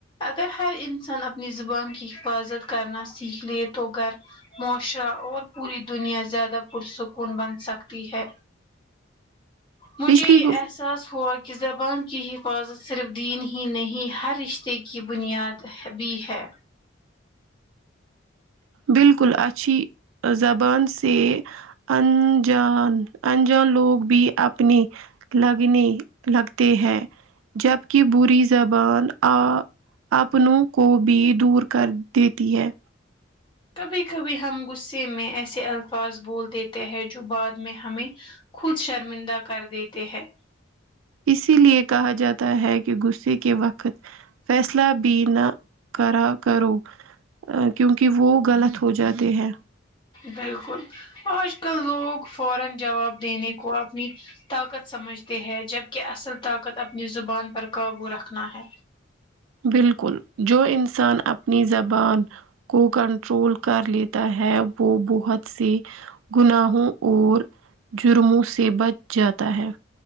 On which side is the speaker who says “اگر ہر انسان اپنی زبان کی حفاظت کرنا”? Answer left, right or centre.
Left